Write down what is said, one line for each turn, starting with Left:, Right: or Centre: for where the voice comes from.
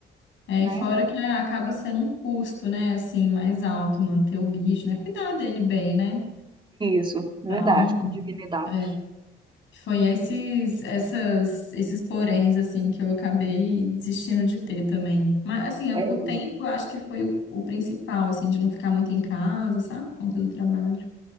Left: É,
Right: né?
Left: e fora que né, acaba sendo um custo, né, assim, mais alto, manter o bicho, né, cuidar dele bem, né?
Right: Isso, verdade,
Left: Então,
Right: com dignidade.
Left: é, foi esses, essas, esses poréns, assim, que eu acabei desistindo de ter também. Mas, assim, o
Right: É.
Left: tempo eu acho que foi o, o principal, assim, de não ficar muito em casa, sabe, por conta do trabalho.